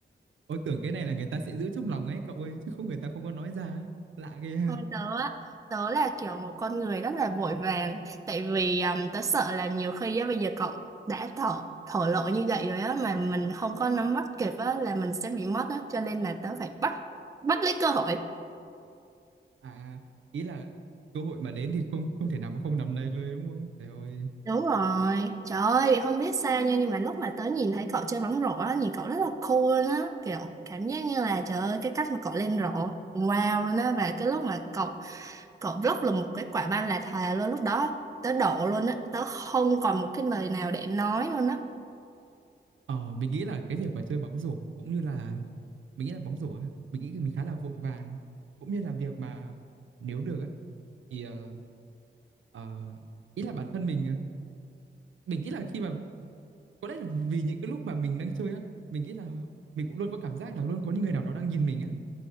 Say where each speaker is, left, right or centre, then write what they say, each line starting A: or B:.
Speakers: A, on the right; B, on the right.
A: ôi tưởng cái này là người ta sẽ giữ trong lòng ấy cậu ơi chứ không người ta không có nói ra ấy. lạ ghê
B: Thôi tớ á tớ là kiểu một con người rất là vội vàng tại vì um, tớ sợ là nhiều khi á bây giờ cậu đã thổ thổ lộ như vậy rồi á mà mình không có nắm bắt kịp á là mình sẽ bị mất á cho nên là tớ phải bắt bắt lấy cơ hội
A: À, ý là cơ hội mà đến thì không không thể nào mà không nắm lấyเลยđúng không? Trời ơi.
B: Đúng rồi, trời ơi, không biết sao nha, nhưng mà lúc mà tớ nhìn thấy cậu chơi bóng rổ á, nhìn cậu rất là cool luôn á, kiểu cảm giác như là trời ơi, cái cách mà cậu lên rổ, wow luôn á, và cái lúc mà cậu, cậu block là một cái quả banh là thề luôn, lúc đó tớ đổ luôn á, tớ không còn một cái lời nào để nói luôn á.
A: Ờ, mình nghĩ là cái việc mà chơi bóng rổ cũng như là mình nghĩ là bóng rổ á, mình nghĩ mình khá là vội vàng cũng như là việc mà nếu được á thì ờ, ờ, ý là bản thân mình ờ, mình nghĩ là khi mà có lẽ là vì những cái lúc mà mình đang chơi á, mình nghĩ là mình cũng luôn có cảm giác là luôn có những người nào đó đang nhìn mình á.